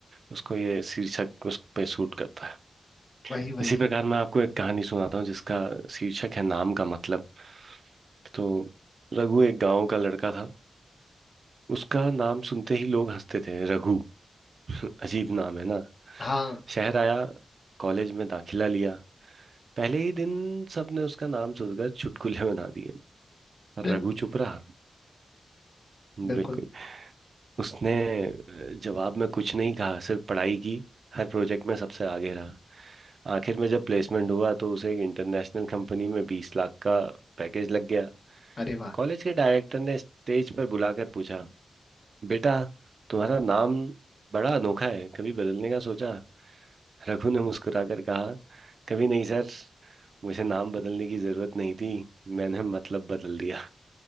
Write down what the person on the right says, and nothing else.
उसको ये शीर्षक उस पे सूट करता है
इसी प्रकार मैं आपको एक कहानी सुनाता हूँ जिसका शीर्षक है नाम का मतलब तो रघु एक गांव का लड़का था उसका नाम सुनते ही लोग हंसते थे रघु <laughs> अजीब नाम है ना
शहर आया कॉलेज में दाखिला लिया पहले ही दिन सबने उसका नाम सुनकर चुटकुले बना दिए पर
रघु
चुप रहा बिल्कुल
उसने अ, जवाब में कुछ नहीं कहा सिर्फ पढ़ाई की हर प्रोजेक्ट में सबसे आगे रहा आखिर में जब प्लेसमेंट हुआ तो उसे एक इंटरनेशनल कंपनी में बीस लाख का पैकेज लग गया
कॉलेज के डायरेक्टर ने स्टेज पर बुलाकर पूछा बेटा तुम्हारा नाम बड़ा अनोखा है कभी बदलने का सोचा रघु ने मुस्कुराकर कहा कभी नहीं सर मुझे नाम बदलने की जरूरत नहीं थी मैंने मतलब बदल दिया